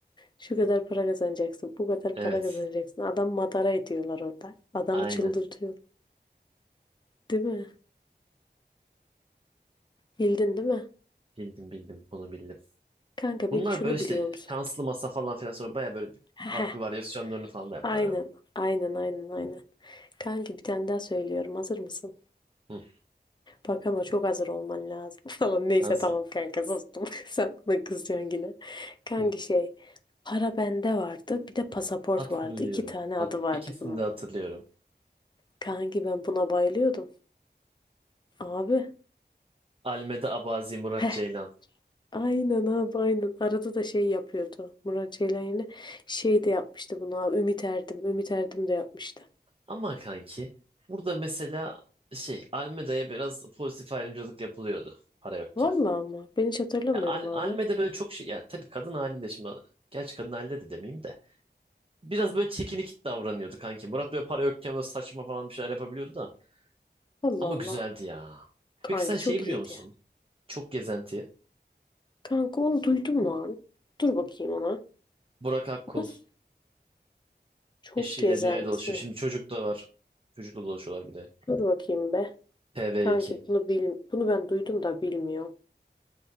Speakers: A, on the left (about 25°); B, on the right (about 30°).
A: Şu kadar para kazanacaksın, bu kadar
B: Evet.
A: para kazanacaksın. Adam madara ediyorlar orada. Adamı
B: Aynen.
A: çıldırtıyor. Değil mi? Bildin değil mi?
B: Bildim bildim. Bunu bildim.
A: Kanka peki
B: Bunlar
A: şunu
B: böyle işte
A: biliyor musun?
B: şanslı masa falan filan sonra baya böyle bir
A: Heh,
B: farklı varyasyonlarını falan da yaptılar
A: aynen,
B: ha.
A: aynen, aynen, aynen. Kanki bir tane daha söylüyorum. Hazır mısın?
B: Hı,
A: Bak ama çok hazır olman lazım <laughs> falan. Neyse
B: hazırım.
A: tamam kanka sustum. <laughs> Sen bana kızacaksın yine. Kanki
B: Hı,
A: şey, para bende vardı. Bir de pasaport
B: hatırlıyorum.
A: vardı. İki tane
B: Hat
A: adı vardı
B: ikisini
A: bunun.
B: de hatırlıyorum.
A: Kanki ben buna bayılıyordum. Abi.
B: Almeda Abazi, Murat
A: Heh.
B: Ceylan.
A: Aynen abi aynen. Arada da şey yapıyordu. Murat Ceylan yine şey de yapmıştı bunu abi. Ümit Erdim. Ümit Erdim de yapmıştı.
B: Ama kanki burada mesela şey Almeda'ya biraz pozitif ayrımcılık yapılıyordu para yokken.
A: Vallahi ama ben hiç hatırlamıyorum
B: Ya, Al
A: abi.
B: Almeda böyle çok şey ya tabii kadın haliyle şimdi gerçi kadın haliyle de demeyeyim de biraz
A: Heh.
B: böyle çekinik davranıyordu kanki. Murat böyle para yokken böyle saçma falan bir şeyler yapabiliyordu da.
A: Allah
B: Ama
A: Allah.
B: güzeldi ya.
A: Kanki
B: Peki sen şey
A: çok
B: biliyor
A: iyiydi.
B: musun? Çok gezenti.
A: Kanka onu duydum lan. Dur bakayım ona.
B: Burak Akkul
A: Nasıl? Çok
B: eşiyle
A: gezenti.
B: dünyayı dolaşıyor. Şimdi çocuk da var. Çocukla dolaşıyorlar bir de.
A: Dur bakayım be.
B: TV2.
A: Kanki bunu bil bunu ben duydum da bilmiyorum.